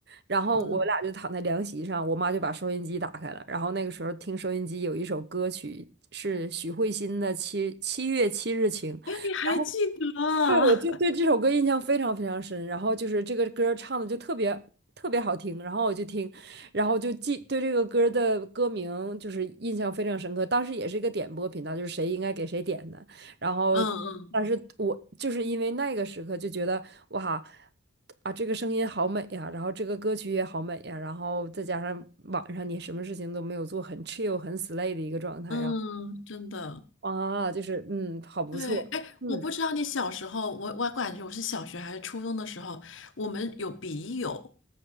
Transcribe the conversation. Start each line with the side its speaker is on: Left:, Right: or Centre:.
Right: 然后我俩就躺在凉席上，
Left: 嗯，
Right: 我妈就把收音机打开了，然后那个时候听收音机有一首歌曲是许慧欣的《七七月七日晴》。
Left: 哎，你还记得啊
Right: 然后。对，我就对这首歌印象非常非常深，然后就是这个歌儿唱的就特别特别好听，然后我就听，然后就记对这个歌儿的歌名就是印象非常深刻。当时也是一个点播频道，就是谁应该给谁点的，然后但是我就是因为那个时刻就觉得哇
Left: <laughs> 嗯嗯
Right: 啊这个声音好美呀，然后这个歌曲也好美呀，然后再加上晚上你什么事情都没有做，很 chill 很 slay 的一个状态，
Left: 嗯，
Right: 然后
Left: 真的。
Right: 啊就是嗯好不错，
Left: 对，哎，
Right: 嗯
Left: 我不知道你小时候，我我感觉我是小学还是初中的时候，我们有笔友，